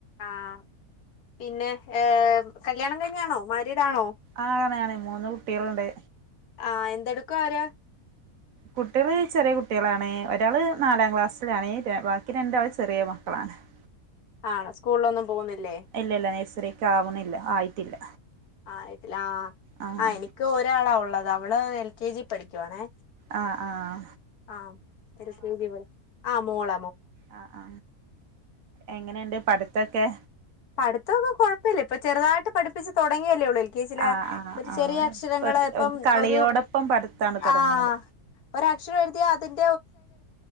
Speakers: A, on the left; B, on the right.
A: ആഹ പിന്നെ ഹെ കല്യാണം കഴിന്നതാണോ മാര്യടണോ?
B: ആണ് ആണ് മൂന്ന് കുട്ടികളുണ്ട്.
A: ആഹ എന്തെടുക്കഅവർ?
B: കുട്ടികള് ചെറിയ കുട്ടികളാണ് ഒരാള് നാലാം ക്ലാസ്സിലാണ് ബാക്കി രണ്ടാലും ചെറിയ മക്കളാണ്. <inaudible>
A: ആണോ സ്കൂളിലൊന്നും പോകുന്നില്ലേ
B: ഇല്ല ഇല്ല നഴ്സറിക്ക് ആവുന്നില്ല ആയിട്ടില്ല.
A: ആയിട്ടില്ല
B: ആഹ്
A: ആ അഎനിക്ക് ഒരാളാള്ളത് അവള് എൽ കെ ജി പഠിക്കുവാണേ,
B: ആഹ് ആഹ്
A: അ എൽ കെ ജി ഇവൾ ആ മോള
B: ആ ആ എങ്ങനെയുണ്ട് പഠിത്തൊക്കെ?
A: പഠിത്തംക്കെ കുഴപ്പല്ല ഇപ്പൊ ചെറുതായിട്ട് പഠിപ്പിച്ച് തുടങ്ങിയല്ലേ ഉള്ളൂ എൽ കെ ജി ൽ
B: ആഹ്
A: ഒരു
B: ആഹ് ആഹ്
A: ചെറിയ അക്ഷരങ്ങള് പ്പം
B: കളിയോടൊപ്പം
A: ഒരു
B: പഠിത്താണ് തുടങ്ങുന്നത്
A: ആ ഒരക്ഷരമേഴുതിയ അത് <inaudible>